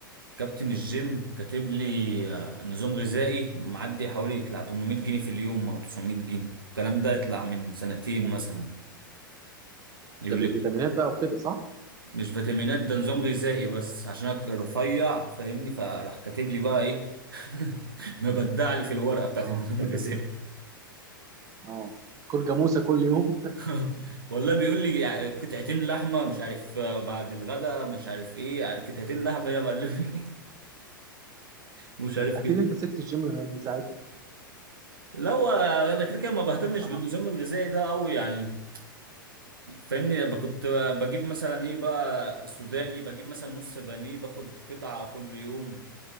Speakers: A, on the right (about 80°); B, on the right (about 30°).
A: كابتن الجيم كاتب لي آه، نظام غذائي معدي حوالي يطلع 800 جنيه في اليوم او 900 جنيه الكلام ده يطلع من سنتين
B: يعني
A: مثلا يقول
B: ده بالفيتامينات
A: لي
B: بقى وكده صح؟
A: مش فيتامينات ده نظام غذائي بس عشان انا رفيع فاهمني فراح كاتب لي بقى ايه <laughs> مبدع لي في الورقه بتاعت
B: اه
A: النظام
B: عشان
A: الغذائي
B: تدفع اه كل جاموسه كل يوم
A: <laughs> والله بيقول لي يع- قطعتين لحمه مش عارف آه، بعد الغداء مش عارف ايه يعني قطعتين لحمه يا معلمي <laughs> مش عارف
B: اكيد
A: كده
B: انت سبت الجيم من ساعتها
A: لا هو انا كده كده ما بهتمش
B: آه، صعب
A: بالنظام الغذائي ده قوي يعني فاهمني ب- كنت بجيب مثلا ايه بقى سوداني بجيب مثلا نص بانيه باخد قطعه كل يوم